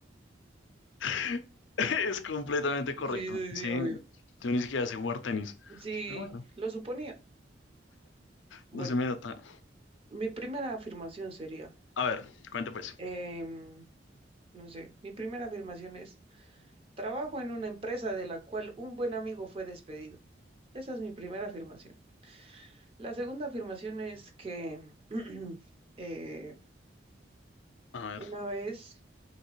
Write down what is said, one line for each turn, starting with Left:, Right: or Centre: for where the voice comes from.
Left: <laughs> Es completamente correcto.
Right: Sí, sí,
Left: Sí,
Right: sí, obvio.
Left: yo ni siquiera sé jugar tenis.
Right: Sí,
Left: Pero bueno,
Right: lo suponía. Bueno,
Left: no se me nota.
Right: mi primera afirmación sería,
Left: A ver, cuente pues.
Right: em, no sé, mi primera afirmación es, trabajo en una empresa de la cual un buen amigo fue despedido. Esa es mi primera afirmación. La segunda afirmación es que <clears throat> eh,
Left: A ver.
Right: una vez